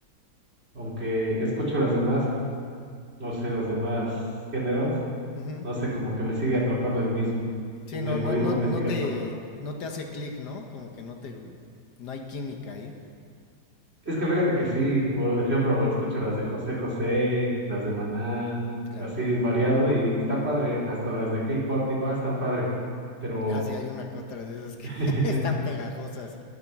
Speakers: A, on the right (about 35°); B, on the left (about 70°).
A: aunque escucho las demás, no sé, los demás géneros,
B: Ujú.
A: no sé, como que me sigue atrapando el mismo,
B: Sí,
A: o mi
B: no,
A: Sí, algoritmo
B: no, no,
A: me
B: no
A: no. sigue
B: te,
A: atrapando.
B: no te hace clic, ¿no? Como que no te, no hay química ahí.
A: Es que fíjate que sí, por ejemplo, escucho las de José José, las de Maná,
B: Claro.
A: así variado y está padre, hasta las de K-pop, digo, ah, están padres, pero,
B: Ah, sí, hay una que otra de esas que
A: <laughs>
B: <laughs> están pegajosas